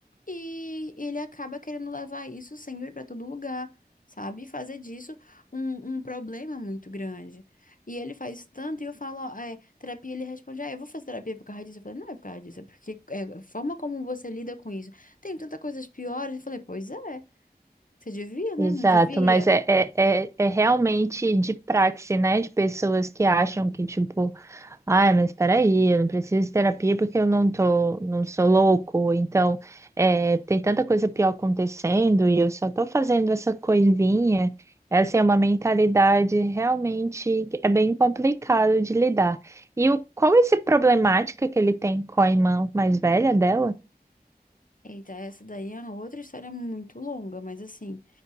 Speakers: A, on the left; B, on the right.
A: e ele acaba querendo levar isso sempre para todo lugar, sabe? E fazer disso um, um problema muito grande. E ele faz isso tanto, e eu falo, ó, é, terapia, ele responde, ah, eu vou fazer terapia por causa disso. Eu falei, não é por causa disso, é porque é, a forma como você lida com isso. Tem tantas coisas piores. Eu falei, pois é. Você devia,
B: Exato,
A: né? Não devia?
B: mas é, é, é, é realmente de praxe, né? De pessoas que acham que, tipo, ai, mas peraí, eu não preciso de terapia porque eu não tô, não sou louco, então é, tem tanta coisa pior acontecendo e eu só tô fazendo essa coisinha. Essa é uma mentalidade realmente que é bem complicado de lidar. E o, qual é essa problemática que ele tem com a irmã mais velha dela?
A: Eita, essa daí é uma outra história muito longa, mas assim,